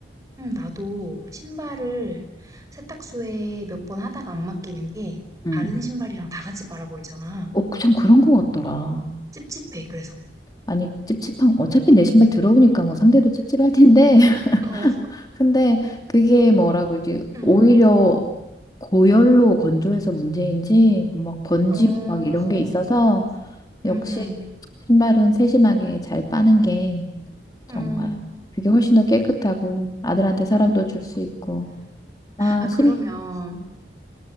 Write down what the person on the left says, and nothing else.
응.
어, 참 그런 거 같더라.
아니, 찝찝한, 어차피 내 신발 들어오니까 뭐 상대도 찝찝할 텐데, <laughs>
근데 그게 뭐라 그러지?
오히려 고열로 건조해서 문제인지 그막 번지고
막 이런 게 있어서 역시
신발은 세심하게 잘 빠는 게 정말
그게 훨씬 더 깨끗하고 아들한테 사랑도
줄 수 있고 아,
심,